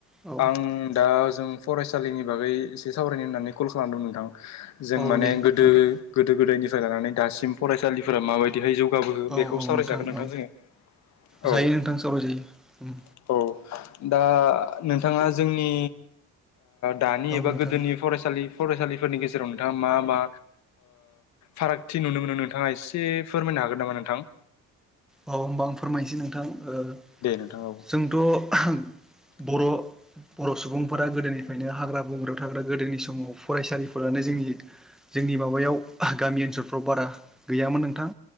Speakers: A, in the centre; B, on the left.
A: औ
B: आं दा जों फरायसालिनि बागै एसे सावरायनो होननानै कल खालामदोंमोन नोंथां जों
A: औ
B: माने
A: दे
B: गोदो-गोदो
A: नोंथां
B: गोदायनिफ्राय लानानै दासिम फरायसालिफोरा माबायदिहाय जौ जौगाबोखो
A: औ
B: बेखौ
A: औ
B: सावरायजागोन नोंथां
A: औ
B: जोंङो औ-
A: जायो
B: <inaudible>
A: नोंथां सावराय जायो
B: औ दा नोंथाङा जोंनि दानि
A: औ
B: एबा
A: नोंथां
B: गोदोनि फरायसालि फरायसालिफोरनि गेजेराव नोंथाङा मा मा फारागथि नुनो मोनो नोंथाङा एसे फोरमायना हागोन नामा नोंथां?
A: औ होमबा आं फोरमायनोसै नोंथां
B: दे औ
A: जोंथ'
B: <inaudible>
A: बर' बर' सुबुंफोरा गोदोनिफ्रायनो हाग्रा बंग्रायाव थाग्रा गोदोनि समाव फरायसालिफोरानो जि जोंनि माबायाव गामि ओनसोलफ्राव बारा गैयामोन नोंथां